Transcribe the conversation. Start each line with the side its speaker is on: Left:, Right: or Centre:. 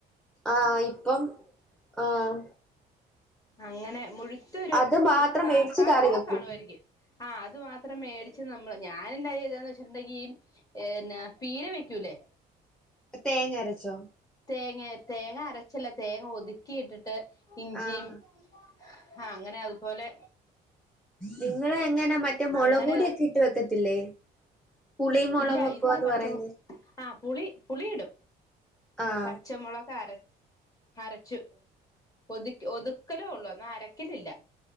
Centre: ആഹ് ഇപ്പം ആഹ്
Left: അങ്ങനെ മുഴുത്തൊരു
Centre: അത് മാത്രം
Left: ഒരു കാ
Centre: മേടിച്ച്
Left: കാക്കിലോ
Centre: കറി വെക്കും
Left: കാണുവായിരിക്കും ആ അത് മാത്രം മേടിച്ച് ന്നമ്മള് ഞാനെന്താചെയ്തെ വെച്ച്ട്ട്ണ്ടെങ്കി എന്ന പീര വെയ്ക്കൂലേ
Centre: തേങ്ങരച്ചോ
Left: തേങ്ങ തേങ്ങഅരച്ചല്ല തേങ്ങഒതുക്കി ഇട്ടിട്ട് ഇഞ്ചിമ്
Centre: ആഹ്
Left: ആ അങ്ങനെഅതുപോലെ
Centre: നിങ്ങള്എങ്ങനാ മറ്റേമൊളക്പൊടി
Left: അങ്ങനെ
Centre: ഒക്കെ ഇട്ട് വെക്കത്തില്ലേ പുളിയും മുളകും
Left: ഇല്ല
Centre: വെക്കുവാന്ന്
Left: ഇതിന് പച്ചമൊ
Centre: പറയുന്നേ
Left: ആ പുളി പുളിടും
Centre: ആഹ്
Left: പച്ചമൊളകര അരച്ചു ഒതുക്കി ഒതുക്കലൊള്ളു ന്നാ അരക്കലില്ല